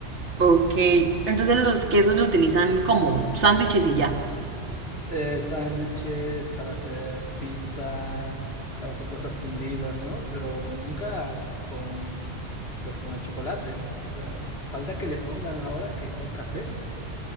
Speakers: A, on the right; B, on the left.
A: ok. Entonces los quesos lo utilizan como sándwiches y ya.
B: Eh, sándwiches para hacer pizza, para hacer cosas fundidas, ¿no? Pero nunca con, pues, con el chocolate. O sea, falta que le pongan ahora queso al café.